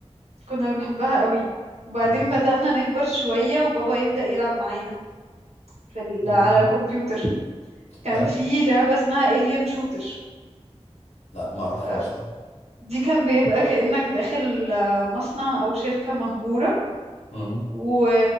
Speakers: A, on the right (about 75°); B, on the left (about 75°).
A: كنا بنحبها قوي وبعدين
B: مم.
A: بدأنا نكبر شوية وبابا يبدأ يلعب معانا في ال...
B: مم.
A: على الكمبيوتر
B: طب
A: كان
B: حلو
A: في لعبة اسمها Alien Shooter
B: لا ما أعرفهاش
A: آه،
B: دي
A: دي كان بيبقى كأنك داخل آه، مصنع أو شركة مهجورة
B: مم.
A: و...